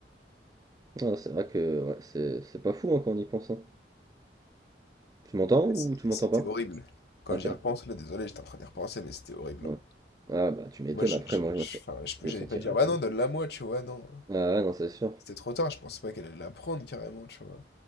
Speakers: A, on the right; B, on the left.
A: Ah, c'est vrai que ouais, c'est c'est pas fou hein, quand on y pense. hein. Tu m'entends ou
B: C'est-
A: tu m'entends
B: C'était
A: pas?
B: horrible. Quand
A: Ah,
B: j'y
A: t'es
B: repense,
A: là.
B: là, désolé, j'étais en train d'y repenser, mais c'était horrible.
A: Ouais.
B: hein.
A: Ah, bah, tu m'étonnes.
B: Moi, j'ai,
A: Après,
B: j'ai-
A: moi, je
B: j'ai-
A: me sens.
B: enfin, je, sais plus,
A: Je me
B: j'allais
A: sentirais
B: pas dire,
A: étonné.
B: bah non, donne-la moi, tu vois, non.
A: Ah, ouais, non, c'est sûr.
B: C'était trop tard, je pensais pas qu'elle allait la prendre, carrément, tu vois.